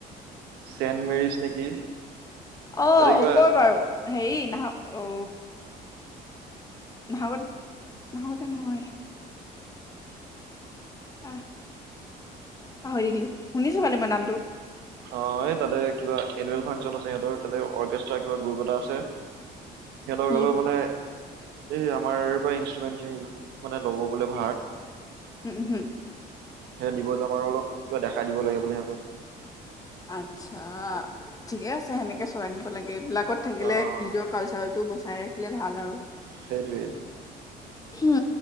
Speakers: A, on the right; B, on the left.
A: চেণ্ট মেৰিছ নেকি
B: অ ও
A: তাতে কিবা
B: কৰ বাৰু হেৰি নাহ অ নাহৰকটীয়াত নহয় আহ পাহৰি থাকিলো শুনিছো পালি মই নামটো
A: অ এই তাতে কিবা এনুৱেল ফাংচন আছে সিহঁতৰ তাতে অৰ্কেষ্ট্ৰাৰ কিবা গ্ৰুপ এটা আছে সিহঁতৰ
B: উম,
A: হলেও মানে এই আমাৰ পৰা ইনষ্ট্ৰুমেন্ট খিনি মানে ল'ব বোলে ভাগ
B: উম হম
A: দিব যাম আৰু অলপ কিবা দেখাই দিব লাগে বোলে সিহঁতক
B: আতচ্ছা ঠিকে আছে সেনেকে চলাই নিব লাগে এইবিলাকত থাকিলে
A: অঁ
B: নিজৰ কালচাৰটো বস্তু ৰাখিলে ভাল আৰু
A: সেইটোৱ
B: উম